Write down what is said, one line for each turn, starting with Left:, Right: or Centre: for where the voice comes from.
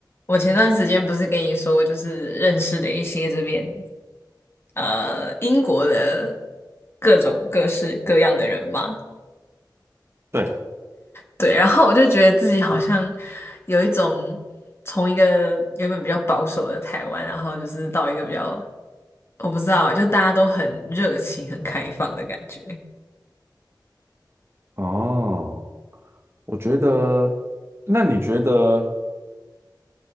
Left: 我前段时间不是跟你说，就是认识了一些这边呃英国的各种各式各样的人嘛，
Right: 对，
Left: 对，然后我就觉得自己好像有一种从一个原本比较保守的台湾，然后就是到一个比较我不知道啊，就大家都很热情、很开放的感觉。
Right: 哦，我觉得，那你觉得